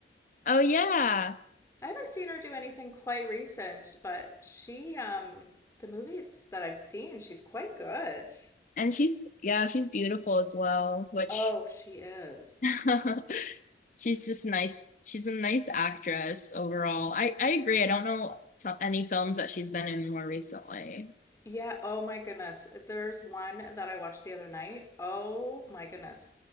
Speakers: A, on the left; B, on the left.
A: Oh yeah.
B: I haven't seen her do anything quite recent, but she, um, the movies that I've seen, she's quite good.
A: And she's, yeah, she's beautiful as well, which
B: Oh, she is.
A: <laughs> she's just nice. She's a nice actress overall. I, I agree. I don't know to- any films that she's been in more recently.
B: Yeah, oh my goodness. There's one that I watched the other night. Oh my goodness.